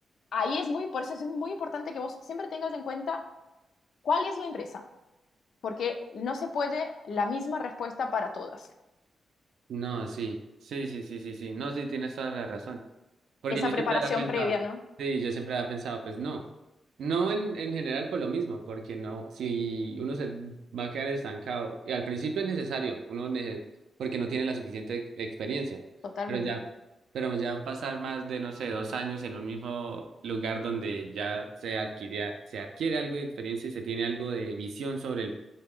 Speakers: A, on the left; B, on the right.
A: ahí es muy, por eso es muy importante que vos siempre tengas en cuenta ¿Cuál es la empresa? Porque no se puede la misma respuesta para todas.
B: No, sí, sí, sí, sí, sí, sí. No, sí, tienes toda la razón. Porque
A: Esa
B: yo
A: preparación
B: siempre había pensado,
A: previa, ¿no?
B: sí, yo siempre había pensado, pues no, no en, en general por lo mismo, porque no, si uno se va a quedar estancado, y al principio es necesario, uno nece- porque no tiene la suficiente ex- experiencia,
A: Totalmente.
B: pero ya, pero ya pasar más de, no sé, dos años en un mismo lugar donde ya se adquiría, se adquiere algo de experiencia y se tiene algo de visión sobre el,